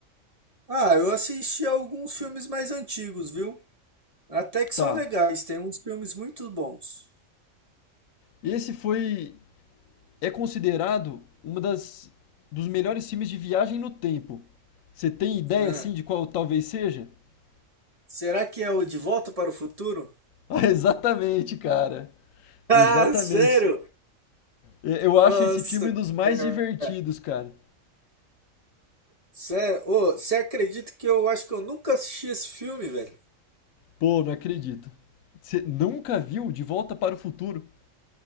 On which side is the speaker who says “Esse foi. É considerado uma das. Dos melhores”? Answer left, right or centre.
Left